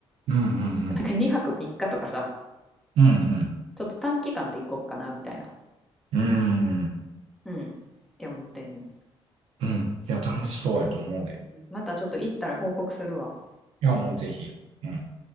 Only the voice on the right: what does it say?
うん、う
ん、うん、
うん、うん、
うん。いや、楽しそうやと思うで。
いや、もうぜひ。うん